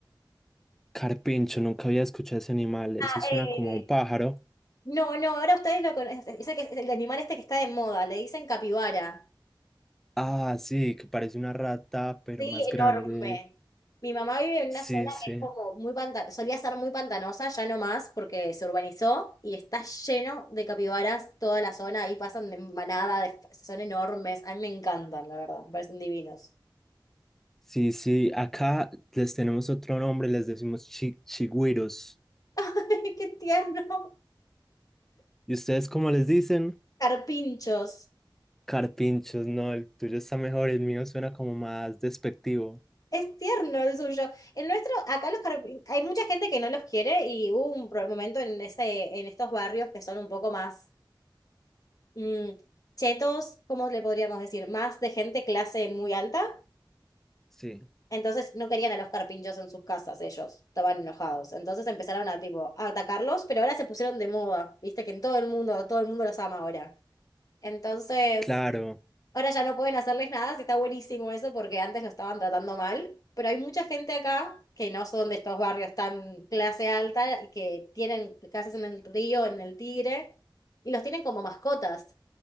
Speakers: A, in the centre; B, on the left.
A: Carpincho, nunca había escuchado ese animal. Eso
B: Ah,
A: suena
B: eh,
A: como a un pájaro.
B: no, no, ahora ustedes lo conocen, ese que- el animal este que está de moda, le dicen capibara.
A: Ah, sí, que parece una rata, pero
B: Sí,
A: más
B: enorme.
A: grande.
B: Mi mamá vive en
A: Sí,
B: una zona
A: sí.
B: que es como muy pantanosa, solía ser muy pantanosa, ya no más porque se urbanizó y está lleno de capibaras toda la zona, ahí pasan de manada, de- son enormes, a mí me encantan, la verdad, me parecen divinos.
A: Sí, sí. Acá les tenemos otro nombre, les decimos chi- chigüiros.
B: <laughs> ¡Qué tierno!
A: ¿Y ustedes cómo les dicen?
B: Carpinchos.
A: Carpinchos, no, el tuyo está mejor, el mío suena como más despectivo.
B: Es tierno el suyo. El nuestro, acá los carpinchos, hay mucha gente que no los quiere y hubo un pro- momento en ese, en estos barrios que son un poco más mm, chetos, ¿cómo le podríamos decir? Más de gente clase muy alta
A: Sí,
B: Entonces no querían a los carpinchos en sus casas ellos, estaban enojados. Entonces empezaron a tipo a atacarlos, pero ahora se pusieron de moda, viste que en todo el mundo, todo el mundo los ama ahora. Entonces
A: claro.
B: Ahora ya no pueden hacerles nada, sí está buenísimo eso porque antes lo estaban tratando mal, pero hay mucha gente acá que no son de estos barrios tan clase alta y que tienen casas en el río, en el Tigre, y los tienen como mascotas.